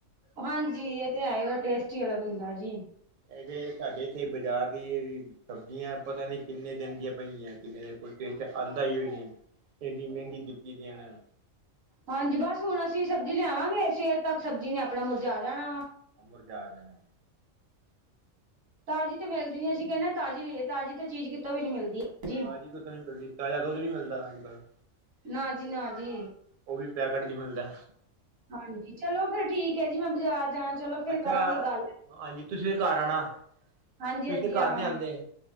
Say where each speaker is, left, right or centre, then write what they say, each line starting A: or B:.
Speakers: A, on the right (about 85°); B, on the right (about 50°).
A: ਹਾਂਜੀ ਇਹ ਤੇ ਹੈ ਟੇਸਟ ਹੀ ਅਲੱਗ ਹੁੰਦਾ ਜੀ।
B: ਇਹ ਤੇੇ ਸਾਡੇ ਇੱਥੇ ਬਾਜ਼ਾਰ ਦੀ ਸਬਜ਼ੀਆਂ ਪਤਾ ਨਹੀਂ ਕਿੰਨੇ ਦਿਨ ਦੀਆਂ ਪਈਆਂ ਕਿੰਨੇ ਦਿਨ ਆਉਂਦਾ ਹੀ ਹੋ ਨਹੀਂ ਇੰਨੀ ਮਹਿੰਗੀ ਕੀਤੀ ਦੀ ਇਹਨਾਂ
A: ਹਾਂਜੀ ਬਸ ਹੁਣ ਅਸੀਂ ਸਬਜ਼ੀ ਲਿਆਵਾਂਗੇ ਸਵੇਰ ਤੱਕ ਸਬਜ਼ੀ ਨੇ ਆਪਣਾ ਮੁਰਝਾ ਆ ਜਾਣਾ ਵਾ।
B: ਮੁਰਜਾ ਜਾਣਾ।
A: ਤਾਜ਼ੀ ਤੇ ਮਿਲਦੀ ਅਸੀਂ ਕਹਿੰਦੇ ਤਾਜੀ ਲਈਏ ਤਾਜ਼ੀ ਤੇ ਚੀਜ਼ ਕਿਤੋਂ ਵੀ ਨਹੀਂ ਮਿਲਦੀ। ਜੀ।
B: ਤਾਜ਼ੀ ਕਿਤੋਂ ਨੀ ਮਿਲਦੀ ਤਾਜ਼ਾ ਦੁੱਧ ਨੀ ਮਿਲਦਾ ਅੱਜ ਕੱਲ੍ਹ।
A: ਨਾ ਜੀ ਨਾ ਜੀ।
B: ਉਹ ਵੀ ਪੈਕਟ ਚ ਮਿਲਦਾ।
A: ਹਾਂਜੀ ਚਲੋ ਫੇਰ ਠੀਕ ਹੈ ਜੀ ਮੈਂ ਬਾਜ਼ਾਰ ਜਾ ਚਲੋ। ਫਿਰ
B: ਅੱਛਾ
A: ਕਰਾਂਗੇ ਗੱਲ
B: ਹਾਂਜੀ ਤੁਸੀਂ ਫਿਰ ਘਰ ਆਉਣਾ।
A: ਹਾਂਜੀ
B: ਤੁਸੀਂ
A: ਹਾਂਜੀ
B: ਤੇ ਘਰ
A: ਆਵਾਂਗੇ
B: ਨੀ ਆਉਂਦੇ